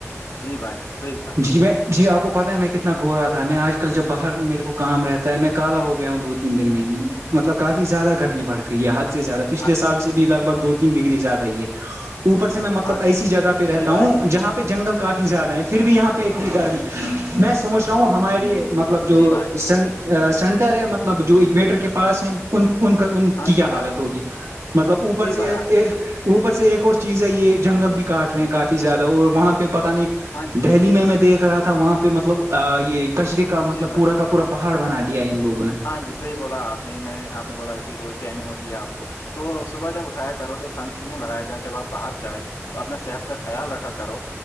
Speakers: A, on the left (about 80°); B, on the right (about 70°).
A: جی بھائی صحیح کہاں
B: جی میں جی آپ کو پتتا ہے میں کتنا گو رہا تھا میں آج کل جب باہر میرے کو کام رہتا ہے میں کالا ہو گیا ہوں دھ تین دن میں ہی مطلب کافی زیادہ گرمی بڑ گئی ہے حد سے زیادہ پچھے
A: اچھا
B: سال
A: جی
B: سے بھی لگ بگ دو ڈگری زیادہ یہ اوپر سے میں
A: ہاں
B: مطلب ایسی جگہ پہ رہتا
A: جی بھائی
B: ہوں جہاں پہ جنگل کافی زیادہ ہے پھر بھی یہاں پہ اتنی گرمی ہے میں سوچ رہا ہوں ہماری مطلب جو
A: جی بھائی
B: سین سینٹر ہے مطلب جو اکویٹر کے پاس ہے ان ان کا ان
A: ہاں
B: کی کیا
A: جی بھائی
B: حالت ہوگی مطلب اوپر
A: جی
B: سے
A: بھائی
B: اوپر سے ایک اور چیز ہے یہ جنگل بھی کاٹ رہے ہیں کافی زیادہ اور وہاں پہ پتہ نہیں
A: ہاں جی بھائی
B: دہلی میں میں دیکھ رہا تھا وہاںہ پہ مطلب یہ کچرے کا مطلب
A: جی بھائی
B: پورا کا پورا پہاڑ بنا دیا ہے ان لوگوں نے
A: ہاں جی صحیح بولا آپ نے میں آپ نے بولا کہ روز ٹرینگ ہوتی ہے آپ کو تو صبح جب اٹھایا کرو تو سن سکرین لگایا کر جب آپ باہر جائیں تو اپنا صحت کا خیال رکھا کرو